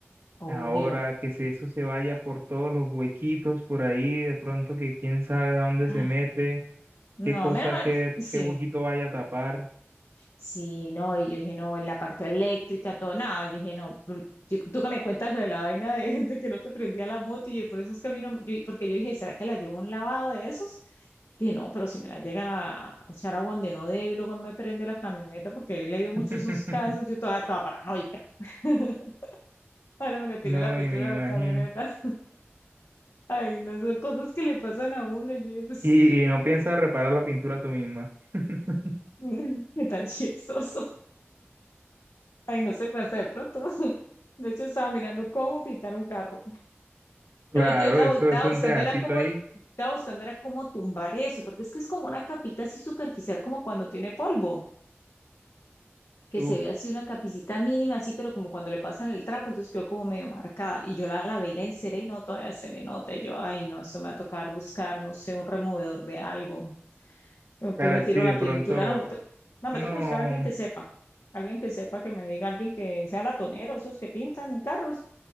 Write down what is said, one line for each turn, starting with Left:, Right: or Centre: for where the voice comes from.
Left: Obvio.
Right: Ahora que se- eso se vaya por todos los huequitos por ahí, de pronto que quién sabe a dónde se
Left: Ay,
Right: mete,
Left: no,
Right: qué cosa,
Left: menos mal,
Right: qué,
Left: sí.
Right: qué huequito vaya a tapar.
Left: Sí, no, y yo dije, no, la parte eléctrica, todo, nada, yo dije, no, por- yo- tú que me cuentas lo de la vaina de, <laughs> de que no te prendía la moto, y yo, por eso es que a mí no, yo- porque yo dije, ¿será que la llevo a un lavado de esos? Dije, no, pero si me la llegan a echar a donde no debe y luego no me prende la camioneta, porque yo he leído muchos
Right: <laughs>
Left: esos casos, yo toda, toda paranoica. <laughs> Ahora me le tiré
Right: No,
Left: la pintura
Right: y me imagino.
Left: a la camioneta. <laughs> Ay, no, son cosas que le pasan a uno, yo dije, pues,
Right: Y, y no piensas reparar la pintura tú misma. <laughs>
Left: <laughs> qué tan chistoso. Ay, no se pasa de pronto. <laughs> De hecho, estaba mirando cómo pintar un carro.
Right: Claro,
Left: No, mentira, estaba,
Right: eso
Left: bu- estaba
Right: es un
Left: buscando,
Right: pedacito
Left: era como,
Right: ahí.
Left: estaba buscando, era como tumbar eso, porque es que es como una capita así superficial, como cuando tiene polvo, que
Right: Uf,
Left: se ve así una capicita mínima, así, pero como cuando le pasan el trapo, entonces quedó como medio marcada. Y yo la lavé y la enceré y no, todavía se le nota. Y yo, ay, no, eso me va a tocar buscar, no sé, un removedor de algo. Después
Right: sabes,
Left: me tiro
Right: sí, de
Left: la pintura,
Right: pronto,
Left: no, me, to- no, me
Right: no,
Left: toca buscar a alguien que sepa, alguien que sepa, que me diga, alguien que sea latonero, esos que pintan en carros